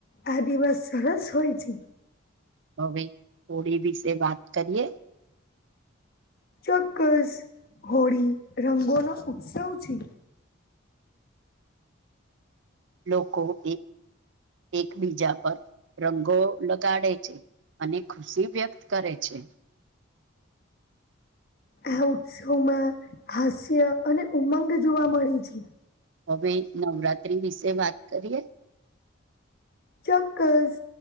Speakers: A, on the left (about 50°); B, on the right (about 65°).
A: આ દિિવસ સરહસ હોય છે.
B: હવે હોડીી વિીશે વાત કરીએ.
A: ચોક્કસ હોળી રંગોનો ઉત્સવ છે.
B: લોકો એક એકબીજા પર રંગો લગાડે છે. અને ખુશી વ્યક્ત કરે છે.
A: આ ઉત્સવમાં હાસ્ય અને ઉમંગ જોવા મળે છે.
B: હવે નવરાત્રી વિશે વાત કરીએ.
A: ચોક્કસ.